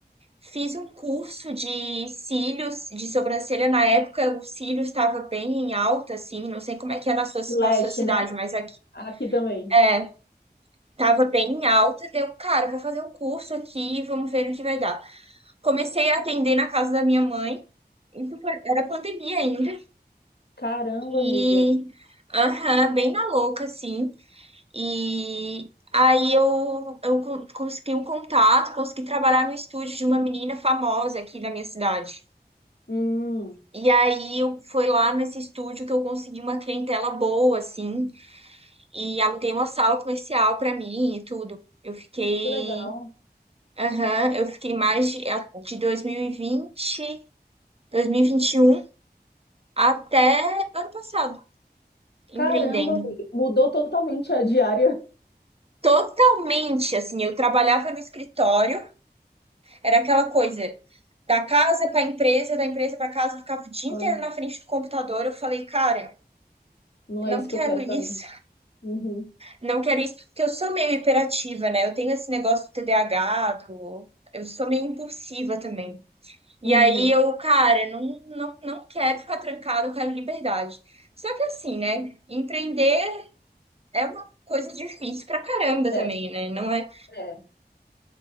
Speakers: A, on the right; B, on the left.
A: Fiz um curso de cílios, de sobrancelha. Na época, o cílios estava bem em alta, assim. Não sei como é que é na sua,
B: De leste,
A: na sua cidade,
B: né?
A: mas aqui
B: Aqui também.
A: é, tava bem em alta. Deu, cara, vou fazer um curso aqui, vamos ver o que vai dar. Comecei a atender na casa da minha mãe. Isso foi- era pandemia ainda.
B: Caramba,
A: E,
B: amiga.
A: aham, bem na louca, assim. E aí eu, eu con- consegui um contato, consegui trabalhar no estúdio de uma menina famosa aqui da minha cidade.
B: Hum,
A: E aí eu foi lá nesse estúdio que eu consegui uma clientela boa, assim, e aluguei uma sala comercial para mim e tudo. Eu fiquei,
B: que legal.
A: aham, eu fiquei mais de, de 2020, 2021 até ano passado, empreendendo.
B: Caramba, amiga. Mudou totalmente a diária. <laughs>
A: Totalmente, assim, eu trabalhava no escritório, era aquela coisa, Da casa para a empresa, da empresa para casa, eu ficava o dia
B: Ah,
A: inteiro na frente do computador. Eu falei, cara,
B: não
A: não
B: é isso
A: quero
B: que eu quero
A: isso,
B: pra mim. Uhum.
A: não quero isso, porque eu sou meio hiperativa, né? Eu tenho esse negócio do TDAH, do... eu sou meio impulsiva também. E
B: Uhum.
A: aí eu, cara, não, não, não quero ficar trancada, eu quero liberdade. Só que assim, né? Empreender é uma coisa difícil pra caramba
B: É,
A: também, né? Não é,
B: é.